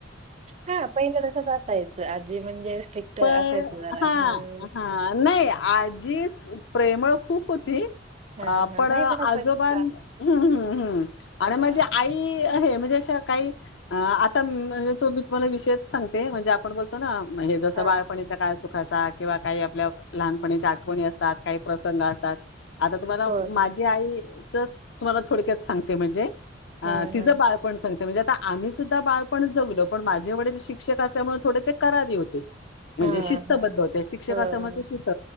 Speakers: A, on the right; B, on the left.
A: हा पहिलं तसच असायचं आजी म्हणजे स्ट्रिक्ट असायचं
B: पण
A: जरा.
B: हा
A: हां,
B: हा नाही आजीस प्रेमळ खूप होती-
A: हां,
B: अ
A: हां.
B: पण
A: नाही
B: आजोबान्मम्
A: असं का हां,
B: अरे
A: हां,
B: म्हणजे आई- हे म्हणजे अा काही आता त मी तुम्हाला विषयच सांगते म्हणजे आपण बोलतो ना महेश-
A: हां.
B: बालपणीचा काळ सोड- दखचा किंवा काही आपल्या लहानपणीच्या आठवणी असतात काही प्रसंग असतात- आता तुम्हाला
A: हो ना.
B: माझी आई- ज तुम्हाला थोडक्यात सांगते म्हणजे. अ
A: हां,
B: तिचं
A: हां.
B: बाळपण- आता म्हणजे आता आम्ही सुद्धा बाळपण जगलो पण माझे वडील शिक्षक असल्यामुळे थोडे ते करारी होते. म्हणजे
A: हां,
B: शिस्तबद्ध
A: हां.
B: होते शिक्षकास
A: हो.
B: म शिस्त